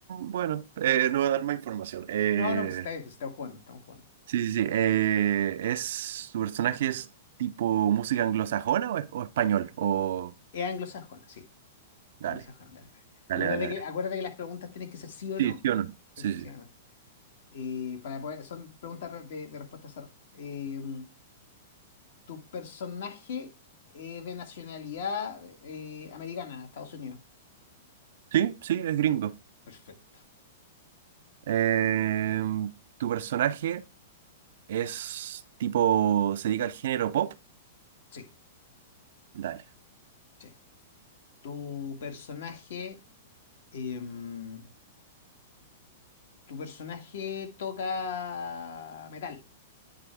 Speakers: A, on the right; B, on the left.
A: Bueno, eh, no voy a dar más información. Eh,
B: No, no, pues está bien, pues estamos jugando, estamos jugando.
A: sí, sí, sí. eh, es, ¿tu personaje es tipo música anglosajona o, es- o español? O
B: Es anglosajona, sí.
A: dale,
B: Anglosajona, dale, dale.
A: dale,
B: Acuérdate
A: dale,
B: que,
A: dale.
B: acuérdate que las preguntas tienen que ser sí o
A: Sí,
B: no.
A: sí o no. Sí,
B: Sí, sí,
A: sí.
B: sí o no. eh, para poder, son preguntas re- de, de respuesta cerrada. Em, ¿tu personaje es de nacionalidad eh, americana, Estados Unidos?
A: Sí, sí, es gringo.
B: Perfecto.
A: Eh, ¿tu personaje es tipo, se dedica al género pop?
B: Sí,
A: Dale.
B: sí. ¿Tu personaje, em, tu personaje toca metal?